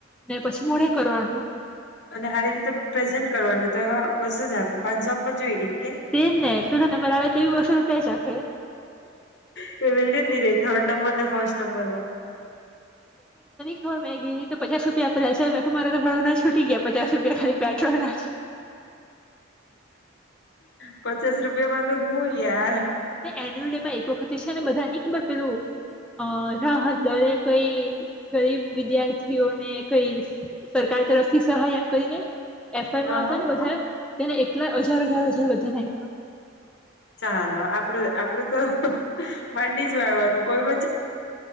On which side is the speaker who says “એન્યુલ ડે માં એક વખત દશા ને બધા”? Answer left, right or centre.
Centre